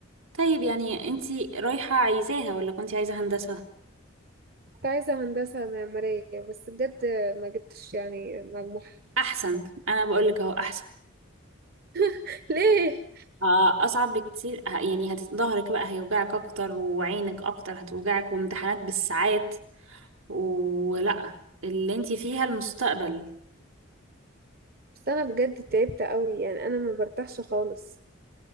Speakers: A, on the right; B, on the right.
A: طيب يعني انتي رايحة عايزاها ولا كنتي عايزة هندسة
B: كنت عايزة هندسة معمارية بس بجد ما جبتش يعني مجموع
A: احسن انا بقول لك اهو احسن
B: <laughs> ليه
A: آه، اصعب بكتير ه- يعني هت- ظهرك بقى هيوجعك اكتر وعينك اكتر هتوجعك وامتحانات بالساعات ولا اللي انتي فيها المستقبل
B: بس انا بجد تعبت قوي يعني انا ما برتاحش خالص